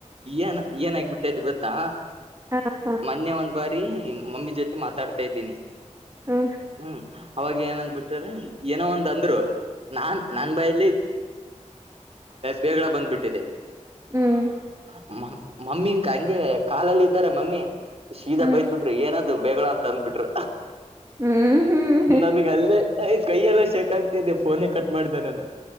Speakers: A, on the right (about 50°); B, on the right (about 25°).
A: ಏನ್ ಏನಾಗಬಿಟ್ಟೈತೆ ಗೊತ್ತಾ
B: ಹ ಹ
A: ಮೊನ್ನೆ ಒಂದ್ ಬಾರಿ ಮಮ್ಮಿ ಜೊತೆ ಮಾತಾಡ್ತಾ ಇದ್ದೀನಿ
B: ಹ್ಮ
A: ಹ್ಮ್ ಅವಾಗ ಏನಂದಬ ಬಿಟ್ಟ್ರ ಏನೋ ಒಂದ ಅಂದ್ರು ನಾನ್ ನನ್ ಬಾಯಲ್ಲಿ ಬೇಳ ಬಂದ್ಬಿಟ್ಟಿದೆ
B: ಹ್ಮ್
A: ಹ್ಮ ಮ ಮಮ್ಮಿಕ ಹಂಗೆ ಕಾಲಲ್ಲ ಇದಾರೆ ಮಮ್ಮಿ ಶೀದಾ
B: ಹ್ಮ್
A: ಬೈದ್ ಬಿಟ್ರಿ ಏನಾದ ದು ಬೇಗಳ ಅಂತ ಅಂದ್ಬಿಟ್ರ
B: ಹ್ಮ್ ಹ್ಮ್
A: ನನ್ಗ ಅಲ್ಲೇ ಕೈಯೆಲ್ಲ ಶಕ್ಾಗ್ತಿದ್ದೆ ಫೋನೇ ಕಟ್ ಮಾಡ್ದ ನಾನ